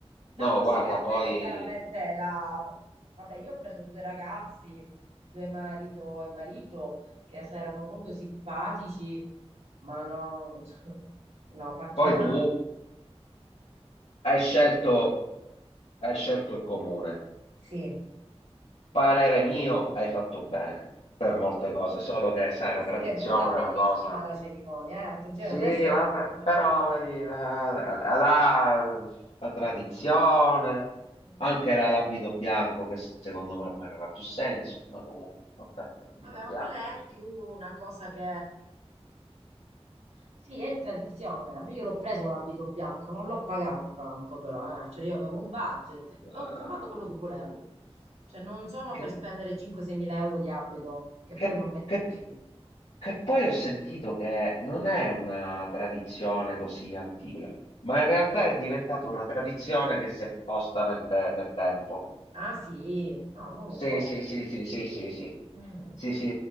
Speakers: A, on the right; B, on the left.
A: La
B: No,
A: musica
B: guarda,
A: c'è
B: poi,
A: che te la mette la... Vabbè, io ho preso due ragazzi, due marito e marito, che se erano proprio simpatici, ma no, <laughs> no, pacchianata.
B: poi tu hai scelto, hai scelto il comune.
A: Sì.
B: Parere mio, hai fatto bene per molte cose, solo che sai,
A: Ma
B: la tradizione,
A: sai che è venuta bellissima
B: la cosa.
A: la cerimonia, eh? Attenzione,
B: Sì,
A: non è solo
B: vabbè,
A: la cerimonia
B: però
A: di due
B: vedi,
A: secondi.
B: la, la- la- la tradizione,
A: Mm.
B: anche la- l'abito bianco, che secondo me ormai non ha più senso, ma comunque, vabbè, l'abito
A: Vabbè, ma
B: bianco,
A: quella
B: perché...
A: è più una cosa che... Sì, è tradizione. A me Io l'ho preso l'abito bianco, non l'ho pagato tanto però, eh. Cioè io avevo un budget e ho
B: eh,
A: trovato quello che volevo. Cioè non sono per
B: che
A: spendere 5-6 mila euro di abito che
B: Che,
A: poi non metti
B: che-
A: più.
B: che poi ho sentito che non è una tradizione così antica, ma in realtà è diventata una tradizione che si è posta nel, te- nel tempo.
A: Ah sì, no, non
B: Sì,
A: lo so.
B: sì, sì, sì, sì, sì, sì.
A: Mm.
B: Sì, sì,